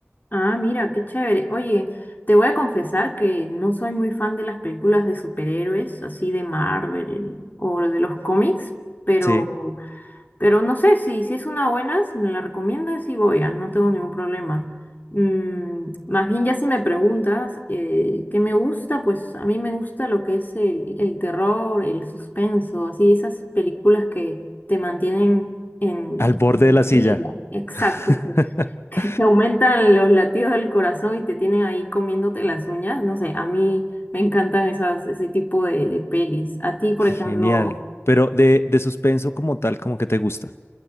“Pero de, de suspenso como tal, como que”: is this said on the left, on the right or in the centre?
Left